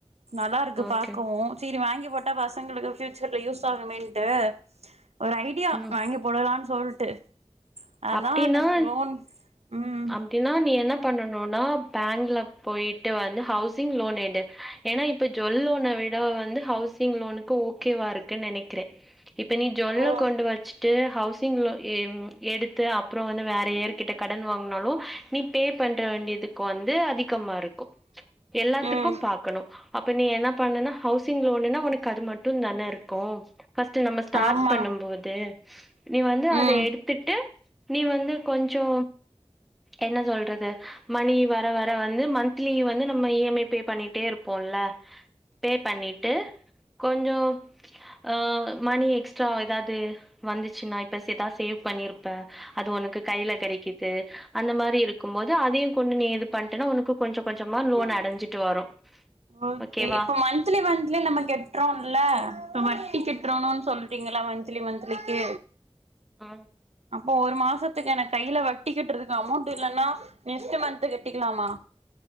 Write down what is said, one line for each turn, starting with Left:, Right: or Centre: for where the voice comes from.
Right: நல்லாருக்கு
Centre: ஓகே
Right: பாக்கவு செரி வாங்கி போட்டா பசங்களுக்கு ஃபியூச்சர்ல யூஸ் ஆகுமென்ட்டு ஒரு ஐடியா
Centre: ம்
Right: வாங்கி போடலான்னு சொல்ட்டு அதா
Centre: அப்டின்னா
Right: எனக்கு லோன் ம்
Centre: அப்டின்னா நீ என்ன பண்ணனுனா பேங்க்ல போயிட்டு வந்து ஹவுசிங் லோன் எடு ஏன்னா இப்ப ஜுவல் லோன விட வந்து ஹவுசிங் லோனுக்கு ஓகேவா இருக்குன் நெனைக்கிறே இப்போ நீ ஜோல்ல
Right: ஓ
Centre: கொண்டு வச்சிட்டு ஹவுசிங் லோ ஏ எடுத்து அப்புறோ வந்து வேற ஏர்கிட்ட கடன் வாங்னாலு நீ பே பண்ற வேண்டியதுக் கு வந்து அதிகமாருக்கு எல்லாத்துக்கு
Right: ம்
Centre: பாக்கணு அப்ப நீ என்ன பண்ணன்னா ஹவுசிங் லோனுன்னா உனக்கு அது மட்டு தானருக்கு ஃபர்ஸ்ட் நம்ம ஸ்டார்ட்
Right: ஆமா
Centre: பண்ணும் போது நீ வந்து அத
Right: ம்
Centre: எடுத் ட்டு நீ வந்து கொஞ்சோ என்ன சொல்றது மணி வர வர வந்து மன்த்லி வந்து நம்ம இ எம் ஐ பே பண்ணிட்டே இருப்போல்ல பே பண்ணிட்டு கொஞ்சோ அ மணி எக்ஸ்ட்ரா ஏதாவது வந்துச்சுன்னா இப்ப சே ஏதாவது சேவ் பண்ணியிருப் ப அது உனக்கு கையில கடைக்கிது அந்த மாரி இருக் கும் போது அதையு கொண்டு நீ இது பண்டனா உனக்கு கொஞ்ச கொஞ்சமா லோன்
Right: ஆ
Centre: அடைஞ்சிட்டு வரு
Right: ஓகே
Centre: ஓகேவா
Right: இப்போ மந்த்லி மந்த்லி நம்ம கெட்டுறோல்ல இப்ப வட்டி கெட்டுறோ
Centre: ம்
Right: சொல் ப்பீங்களா மந்த்லி மந்த்லிக்கு
Centre: ம்
Right: அப்போ ஒரு மாசத்துக்கு எனக் கையில வட்டி கட்டுறதுக்கு அமௌண்ட் இல்லன்னா நெக்ஸ்ட் மந்த் கெட்டிக்கலாமா